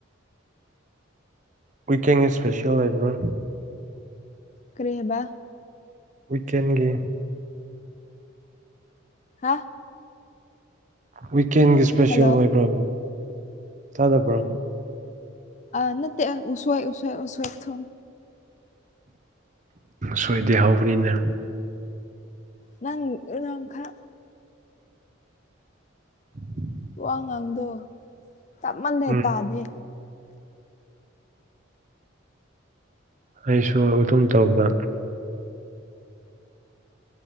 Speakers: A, on the right (about 40°); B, on the left (about 35°).
A: ꯋꯤꯛꯀꯦꯡꯒꯤ ꯏꯁꯄꯦꯁꯤꯌꯦꯜ ꯂꯩꯕ꯭ꯔꯥ
B: ꯀ꯭ꯔꯤꯕꯥ
A: ꯀꯦꯟꯒ
B: ꯍꯥ
A: ꯋꯤꯀꯦꯟꯒꯤ ꯏꯁꯄꯦꯁꯤꯜ
B: ꯍꯜꯂꯣ
A: ꯑꯣꯏꯕ꯭ꯔ ꯆꯥꯗꯕ꯭ꯔꯣ
B: ꯑ ꯅ ꯎꯁꯋꯥꯏ ꯎꯁ ꯎꯁꯋꯥ ꯊ
A: ꯁꯣꯏꯗꯦ ꯍꯧꯕꯅꯤꯅ
B: ꯅꯪꯈꯥ
A: <inaudible>
B: ꯋꯥ ꯉꯥꯡꯗꯣ ꯇꯞꯃꯜꯂꯦ
A: ꯎꯝ
B: ꯇꯥꯗꯦ
A: ꯑꯩꯁꯨ ꯑꯧ ꯑꯗꯨꯝ ꯇꯧꯕ